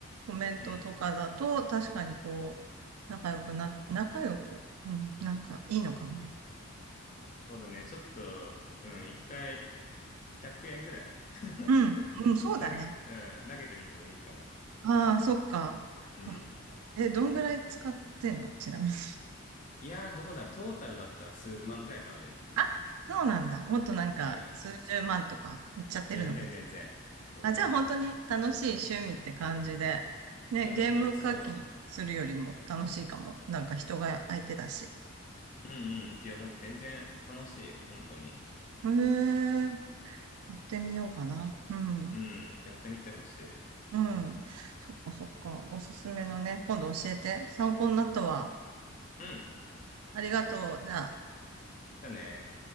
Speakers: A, on the right (about 85°); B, on the left (about 35°).
A: コメントとかだと、
B: うん。
A: 確かにこう、仲良くな、仲良く、うん、なんかいいのかもね。
B: そうだね。ちょっと、うん。一回、100円ぐらい <laughs>
A: うん、うん、そうだね。
B: 投げ、うん。投げてみてもいいかも。
A: ああ、そっか。
B: うん。
A: わかった。え、どんぐらい使ってんのちなみに。
B: いやー、どうだろう。トータルだったら数万ぐらいかな、でも。
A: あ、そうなんだ。もっとなんか、
B: うん。
A: 数十万とかいっちゃってるのかと。
B: 全然、全然。全然よ。
A: あ、じゃあ本当に楽しい趣味って感じで、ね、
B: いや、本当にそ
A: ゲーム課金するよりも楽しいかも。なんか人が相手だし。
B: う。うんうん。いや、本当全然楽しいよ。本当に。
A: へえ、やってみようかな。うん。
B: うん。やってみてほしい。
A: うん。そっかそっか。おすすめのね、今度教えて。参考になったわ。
B: うん。
A: ありがとう。じゃあ。
B: だね。